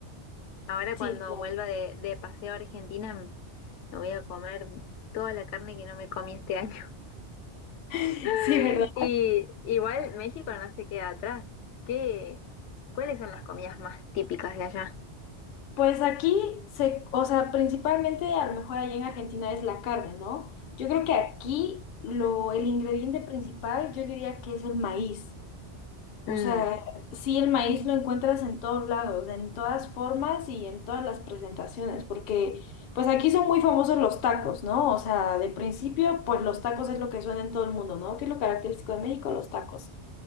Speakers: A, on the left; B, on the left.
A: Ahora
B: Sí,
A: cuando
B: claro.
A: vuelva de, de paseo a Argentina, m- me voy a comer toda la carne que no me comí este año.
B: <laughs> Sí,
A: <laughs>
B: ¿verdad?
A: Y igual México no se queda atrás. ¿Qué? ¿Cuáles son las comidas más típicas de allá?
B: Pues aquí se, o sea, principalmente a lo mejor allá en Argentina es la carne, ¿no? Yo creo que aquí lo, el ingrediente principal yo diría que es el maíz. O
A: Mm,
B: sea, sí, el maíz lo encuentras en todos lados, en todas formas y en todas las presentaciones, porque pues aquí son muy famosos los tacos, ¿no? O sea, de principio, pues los tacos es lo que suena en todo el mundo, ¿no? Que es lo característico de México, los tacos.